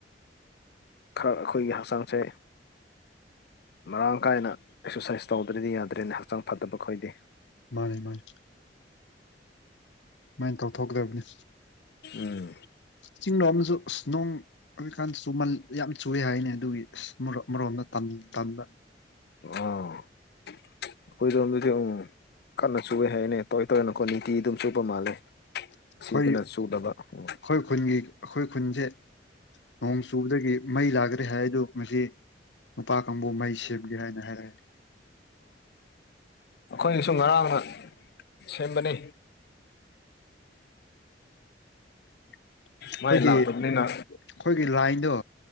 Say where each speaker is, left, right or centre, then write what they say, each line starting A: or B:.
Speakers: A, on the left; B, on the left.
A: ꯈꯔ ꯑꯩꯈꯣꯏꯒꯤ ꯍꯛꯆꯥꯡꯁꯦ ꯃꯔꯥꯡ ꯀꯥꯏꯅ ꯑꯦꯛꯁꯔꯁꯥꯏꯁ ꯇꯧꯗ꯭ꯔꯗꯤ ꯌꯥꯗ꯭ꯔꯦꯅꯦ ꯍꯛꯆꯥꯡ ꯐꯠꯇꯕ ꯈꯣꯏꯗꯦ
B: ꯃꯥꯅꯦ ꯃꯥꯅꯦ ꯁꯨꯃꯥꯏꯅ ꯇꯧꯊꯣꯛꯀꯗꯕꯅꯤ
A: ꯎꯝ
B: ꯆꯤꯡꯗꯣ ꯑꯃꯁꯨ ꯑꯁ ꯅꯣꯡ ꯑꯣꯏꯖꯤꯀꯥꯟ ꯆꯃ ꯌꯥꯝ ꯆꯨꯏ ꯍꯥꯏꯅꯤ ꯑꯗꯨꯒꯤ ꯃꯔꯣꯝꯗ ꯇꯝ ꯇꯝꯗ
A: ꯑꯥ ꯑꯩꯈꯣꯏꯗꯣꯝꯗꯗꯤ ꯑꯃꯨ ꯀꯟꯅ ꯆꯨꯞꯋꯦ ꯍꯥꯏꯅꯦ ꯇꯧꯔꯏ ꯇꯔꯏꯅ ꯑꯩꯀꯣ ꯅꯤꯇꯤ ꯑꯗꯨꯝ ꯆꯨꯞꯄ ꯃꯥꯜꯂꯦ
B: ꯑꯩꯈꯣꯏ
A: ꯁꯤꯗꯅ ꯆꯨꯗꯕ ꯎꯝ
B: ꯑꯩꯈꯣꯏ ꯈꯨꯟꯒꯤ ꯑꯩꯈꯣꯏ ꯈꯨꯟꯁꯦ ꯅꯣꯡꯣꯡ ꯆꯨꯕꯗꯒꯤ ꯃꯩ ꯂꯥꯛꯈ꯭ꯔꯦ ꯍꯥꯏꯗꯨ ꯃꯁꯤ ꯅꯨꯄꯥ ꯀꯥꯡꯕꯨ ꯃꯩ ꯁꯦꯝꯒꯦ ꯍꯥꯏꯅ ꯍꯥꯏꯔꯛꯑꯦ
A: ꯑꯩꯈꯣꯏꯅꯁꯨ ꯉꯔꯥꯡꯅ ꯁꯦꯝꯕꯅꯤ
B: <unintelligible>
A: ꯃꯥꯏ
B: ꯑꯩꯈꯣꯏꯒꯤ
A: ꯂꯥꯛꯄꯅꯤꯅ
B: ꯑꯩꯈꯣꯏꯒꯤ ꯂꯥꯏꯟꯗꯣ